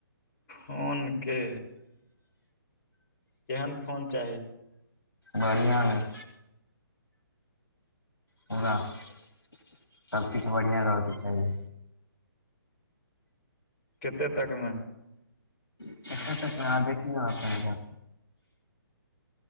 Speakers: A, on the left (about 25°); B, on the left (about 80°).
A: फोन के केहन फोन चाही
B: बढ़िआँमे पूरा सबकछु बढ़िआ रहके चाही
A: कतेक तकमे
B: अच् तह देखिय आ पेगा